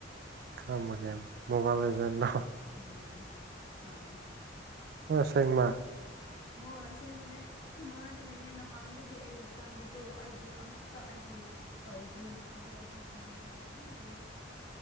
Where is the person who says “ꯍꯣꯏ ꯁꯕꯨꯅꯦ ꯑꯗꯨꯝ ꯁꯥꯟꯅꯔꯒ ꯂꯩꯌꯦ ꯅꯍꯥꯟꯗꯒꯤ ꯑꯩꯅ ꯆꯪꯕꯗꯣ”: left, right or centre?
Left